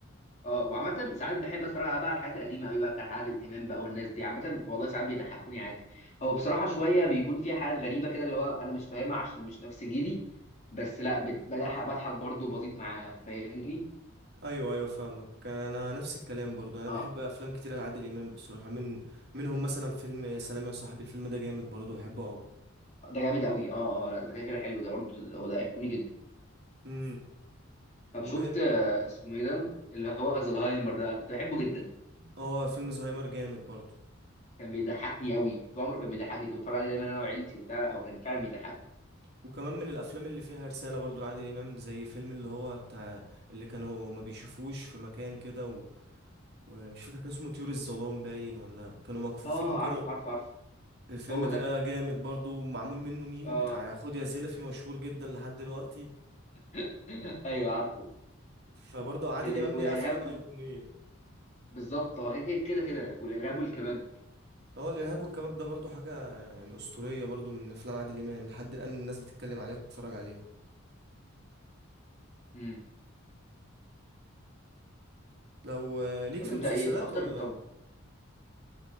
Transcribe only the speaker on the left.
اه وعامة ساعات بحب اتفرج على بقى على الحاجات القديمة قوي بقى بتاعت عادل امام بقى والناس دي عامة والله ساعات بيضحكوني عادي هو بصراحة شوية بيكون فيها حاجات غريبة كده اللي هو انا مش فاهمها عشان مش نفس جيلي بس لا بت- بضحك بضحك برضه بسيط معاه فاهمني
اه
ده جامد قوي اه اه لا ده كده كده حلو ده برضه هو ده ايقوني جدا
طب شفت
آه، اسمه ايه ده اللي هو زهايمر ده أنا كنت بحبه جدا
كان بيضحكني قوي طول عمره كان بيضحكني كنت بتفرج عليه دايما انا وعيلتي وبتاع لا، هو كان فعلا بيضحكني
اه
عارف عارف عارف
هو
ده
اه
<clears throat> <laughs> ايوه عارفه
ال-
والارهاب
بالظبط هو كده كده كده والارهاب والكباب
امم
طب
انت
ايه اكتر
طب